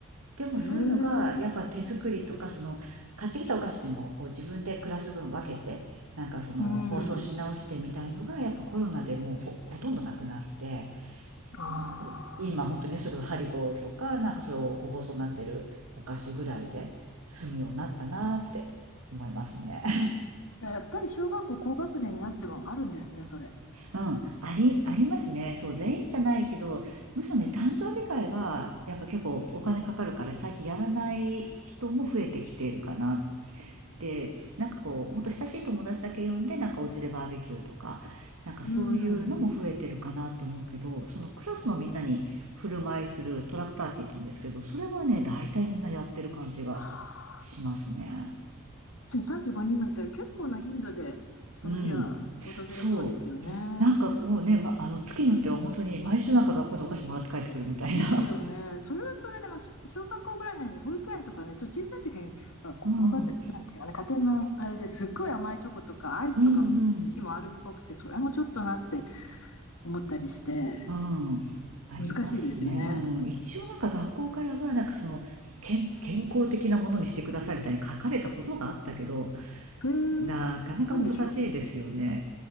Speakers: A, on the right (about 85°); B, on the left (about 80°).
A: でもそういうのが、
B: へえ。
A: やっぱ手作りとか、その、買ってきたお菓子でも、こう自分でクラス分分けて、なんかその、
B: うん。
A: 包装し直してみたいのが、やっぱコロナでもうほ、ほとんどなくなって、
B: ああ。
A: もう今本当にね、それこそハリボーとか、なんかそう、個包装になってるお菓子ぐらいで済むようになったなーって思いますね。<laughs>
B: じゃあやっぱり小学校高学年になってもあるんですね、それ。
A: うん、あり、ありますね。そう、全員じゃないけど、むしろね、誕生日会は、やっぱ結構お金かかるから、最近やらない人も増えてきているかなで、なんかこう、ほんと親しい友達だけ呼んで、なんかお家でバーベキューとか、なんかそういうのも増えてるかなと思うけど、
B: うん。
A: そのクラスのみんなに振る舞いするトラクターって言うんですけど、それはね、大体みんなやってる感じが
B: はあ
A: しますね。
B: 35人もいたら結構な頻度でその日が訪れそうですよね。
A: うん。そう。なんかもうね、ま、あの、月によっては本当に毎週なんか学校でお菓子もらって帰ってくるみたいな。
B: ですよね。それはそれで、まあ、し小学校ぐらいなんで、保育園とかね、ちょっと小さい時に、
A: <laughs>
B: まあ、こご家庭、
A: うん。うん
B: なんていうかね、家庭のあれですっごい甘いチョコとかアイスとかの日もあるっぽくて、
A: うん。
B: それもちょっとなって思ったりして、
A: うん。ありますね。
B: 難しいですよね。
A: うん。一応なんか学校からは、なんかその、健、健康的なものにしてくださいみたいに書かれたことがあったけど、
B: へえ、
A: なかなか難しいですよね。
B: なんでしょう。